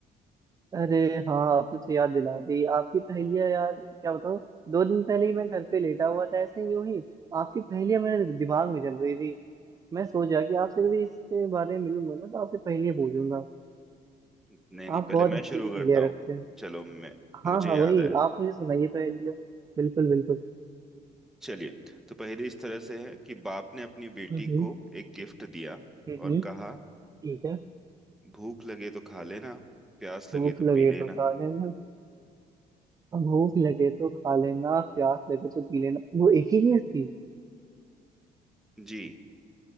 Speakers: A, on the right; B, in the centre.
A: अरे हाँ आपने तो याद दिला दी आपकी पहेलियाँ यार क्या बताऊँ दो दिन पहले ही मैं घर पे लेटा हुआ था ऐसे ही यूं ही आपकी पहेलियाँ मेरे दिमाग में चल रही थी मैं सोच रहा कि आपसे कभी इसके बारे में मिलूंगा ना तो आपसे पहेलियाँ पूछूंगा
B: नहीं नहीं
A: आप
B: पहले
A: बहुत
B: मैं
A: अच्छी
B: शुरू
A: अच्छी पहेलियाँ
B: करता हूँ
A: रखते हैं
B: चलो मैं
A: हाँ
B: मुझे
A: हाँ
B: याद
A: वही
B: है
A: आप मुझे सुनाइए पहेलियाँ बिल्कुल बिल्कुल
B: चलिए तो पहेली इस तरह से है कि बाप ने अपनी बेटी
A: हम्म हम्म
B: को एक गिफ्ट दिया
A: हम्म,
B: और
A: हम्म,
B: कहा
A: ठीक है
B: भूख लगे तो खा लेना प्यास लगे
A: भूख
B: तो
A: लगे
B: पी लेना
A: तो खा लेना भूख लगे तो खा लेना प्यास लगे तो पी लेना वो एक ही चीज थी
B: जी